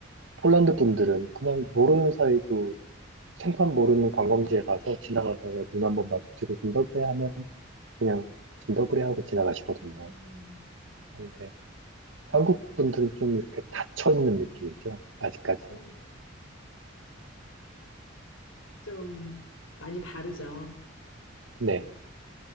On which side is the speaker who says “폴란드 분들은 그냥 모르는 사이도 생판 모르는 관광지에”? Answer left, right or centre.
Right